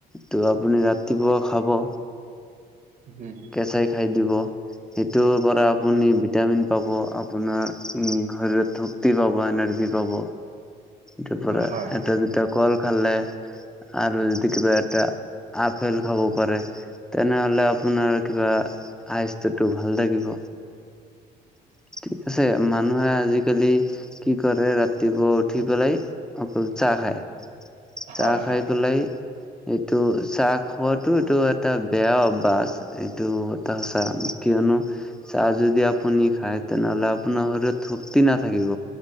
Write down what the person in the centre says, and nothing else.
ত আপুনি ৰাতিপুৱা খাব।
চাই খাই দিব। সেইটোৰ পৰা, আপুনি ভিটামিন পাব, আপোনাৰ উম শৰীৰত শক্তি পাব, এনাৰ্জি পাব। তাৰ পৰা
এটা দুটা কল খালে আৰু, কিবা এটা আপেল খাব পাৰে। তেনেহলে আপোনাৰ কিবা আইচ, স্বটো ভাল থাকিব। ঠিক আছে, মানুহে আজিকালি কি কৰে ৰাতিপুৱা উঠি পেলাই অকল চাহ খায়। চাহ
খাই
পেলাই এইটো চাহ খোৱাটো এইটো এটা বেয়া অভ্যাস আছে এইটো এটা সঁচা। কিয়নো চাহ যদি আপুনি খায় তেনেহলে আপোনাৰ শৰীৰত শক্তি নাথাকিব।